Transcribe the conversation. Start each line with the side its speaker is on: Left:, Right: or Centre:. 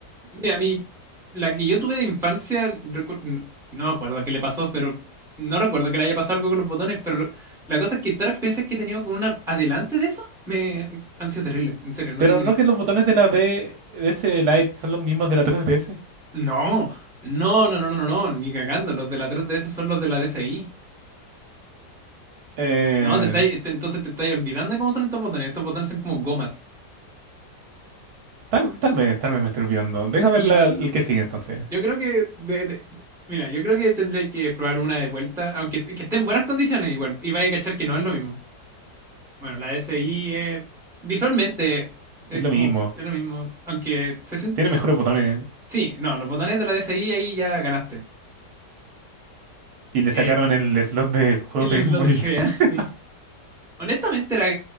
Centre: Mira, a mí, la que yo tuve de infancia, recu- no me acuerdo qué le pasó, pero no recuerdo que le haya pasado algo con los botones, pero lo- la cosa es que todas las experiencias que he tenido con una adelante de eso me han sido terribles. En serio, no
Right: pero
Centre: tengo
Right: no
Centre: ni...
Right: que los botones de la D DS Lite son los mismos de la 3DS.
Centre: No, no, no, no, no, no, no, ni cagando. Los de la 3DS son los de la DSi.
Right: Eh,
Centre: No, te estáis- te- entonces te estáis olvidando de cómo son estos botones. Estos botones son como gomas.
Right: tal, tal vez, tal vez me estoy olvidando. Deja ver
Centre: Y
Right: la-
Centre: no,
Right: el que sigue entonces.
Centre: yo creo que de- de- mira, yo creo que tendré que probar una de vuelta, aunque te- que esté en buenas condiciones igual, y vaya a cachar que no es lo mismo. Bueno, la SI eh, visualmente es
Right: Es lo
Centre: como
Right: mismo.
Centre: es lo mismo, aunque se siente...
Right: Tiene mejores botones.
Centre: Sí, no, los botones de la D S I ahí ya ganaste.
Right: Y le
Centre: Eh,
Right: sacaron el slot de juegos
Centre: el
Right: de Game
Centre: slot
Right: Boy.
Centre: GBA.
Right: <laughs>
Centre: <laughs> Honestamente, la,